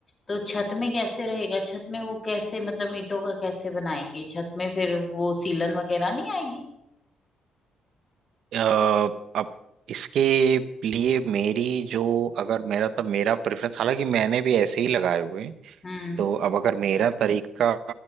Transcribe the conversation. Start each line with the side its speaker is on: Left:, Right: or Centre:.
Left: तो छत में कैसे रहेगा छत में वो कैसे मतलब ईंटों का कैसे बनाएंगे छत में फिर वो सीलन वगैरह नहीं आएगी
Right: अ, अब इसके लिए मेरी जो अगर मेरा तब मेरा प्रेफरेंस हालांकि मैंने भी ऐसे ही लगाए हुए हैं।
Left: हम्म
Right: तो अब अगर मेरा तरीका